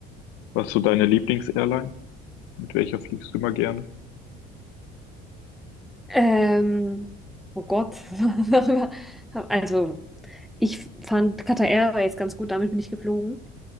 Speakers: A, on the left; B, in the centre.
A: Was ist so deine Lieblingsairline? Mit welcher fliegst du immer gerne?
B: Ähm, oh Gott, <laughs> darüber. Also, ich fand Qatar Airways ganz gut, damit bin ich geflogen.